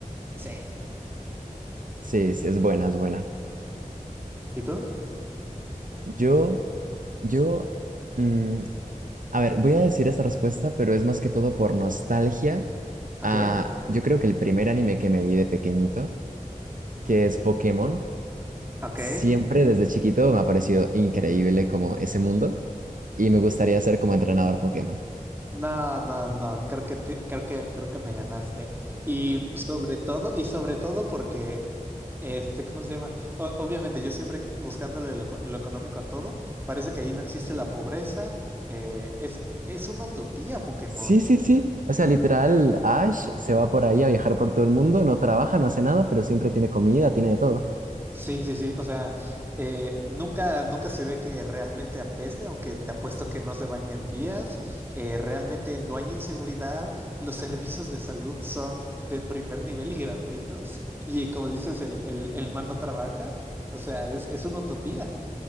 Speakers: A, on the right (about 15°); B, on the right (about 70°).
A: Sí.
B: Sí, sí, es buena, es buena.
A: ¿Y tú?
B: Yo, yo, mm, a ver, voy a decir esta respuesta, pero es más que todo por nostalgia. a-
A: Ok,
B: yo creo que el primer anime que me vi de pequeñito, que es Pokémon,
A: ok.
B: Siempre desde chiquito me ha parecido increíble como ese mundo y me gustaría ser como entrenador Pokémon.
A: No, no, no, creo que te- creo que creo que me ganaste. Y sobre todo, y sobre todo porque este, ¿cómo se llama? O- obviamente, yo siempre buscándole lo, eco- lo económico a todo, parece que ahí no existe la pobreza. eh, es, e, es una utopía, Pokémon.
B: Sí, sí, sí. O sea, literal, Ash se va por ahí a viajar por todo el mundo, no trabaja, no hace nada, pero siempre tiene comida, tiene de todo.
A: Sí, sí, sí. O sea, eh, nunca, nunca se ve que realmente apeste, aunque te apuesto que no se baña en días. Eh, realmente no hay inseguridad. Los servicios de salud son de primer nivel y gratuitos. Y como dices, el, el, el man no trabaja. O sea, es, es una utopía.